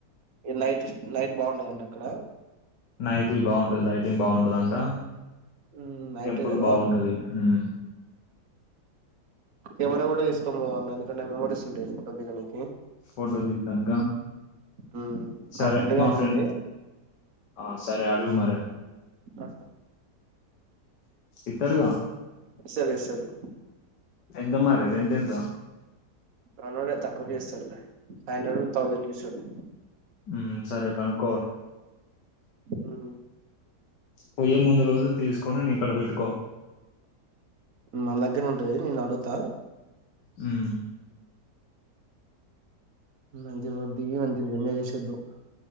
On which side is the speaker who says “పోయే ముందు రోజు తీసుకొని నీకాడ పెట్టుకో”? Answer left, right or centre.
Left